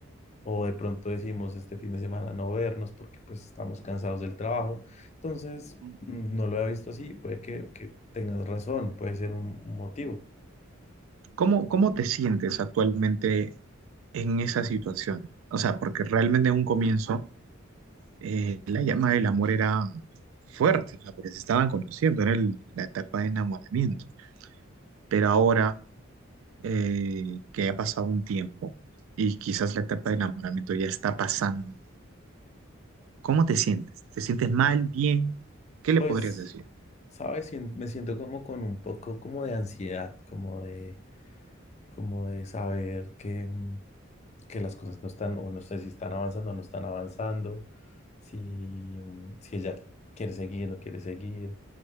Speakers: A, on the left; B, on the right.
A: o de pronto decimos este fin de semana no vernos porque pues estamos cansados del trabajo. Entonces,
B: Ujú.
A: mm, no lo había visto así, puede que, que tengas razón, puede ser un un motivo.
B: ¿Cómo, cómo te sientes actualmente en esa situación? O sea, porque realmente en un comienzo eh, la llama del amor era fuerte, o sea, porque se estaban conociendo, era el- la etapa de enamoramiento. Pero ahora eh, que ha pasado un tiempo y quizás la etapa de enamoramiento ya está pasando, ¿cómo te sientes? ¿Te sientes mal, bien? ¿Qué le
A: Pues,
B: podrías decir?
A: sabes, Sien- me siento como con un poco como de ansiedad, como de, como de saber que, mm, que las cosas no están, o no sé si están avanzando o no están avanzando, si, mm, si ella quiere seguir o no quiere seguir,